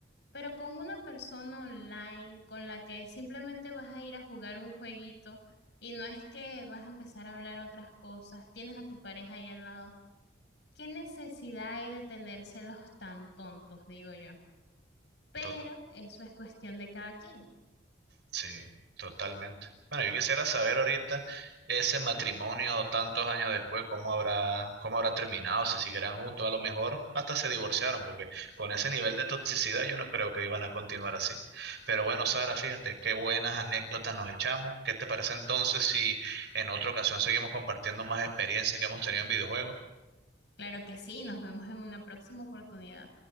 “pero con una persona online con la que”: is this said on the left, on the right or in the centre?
Left